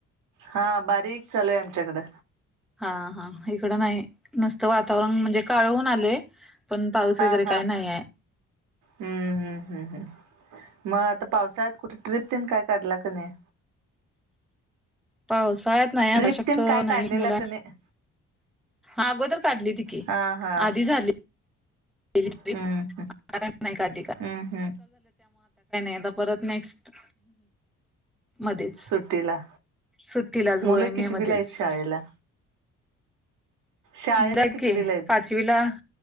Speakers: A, on the right (about 85°); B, in the centre.
A: हा बारीक चालू आहे आमच्याकडं.
B: हा हा इकडं नाही नुसतं वातावरण म्हणजे काळ होउन आलंय. पण पाऊस
A: हा
B: वगैरे
A: हा
B: काही नाही आहे‌.
A: हम्म हम्म हम्म हम्. मग आता पावसाळ्यात कुठे ट्रीप तेन काय काढला का नाही?
B: पावसाळ्यात नाही
A: ट्रिप
B: आता शक्यतो
A: तेन काय
B: नाही
A: काढलेला
B: मुला
A: का नाही
B: ा अगोदर काढली ती
A: हा हा
B: आधी झाली. <unintelligible>
A: हम्म हम्म
B: काय नाही
A: हम्म हम्म
B: आता परत नेक्स्ट मध्येच
A: सुट्टीला
B: सुट्टीलाच
A: मुलं
B: मे
A: कितवीला
B: मध्येच.
A: आहेत शाळेला शाळेला
B: आहेत
A: कितवीला
B: की
A: आहेत
B: पाचवीला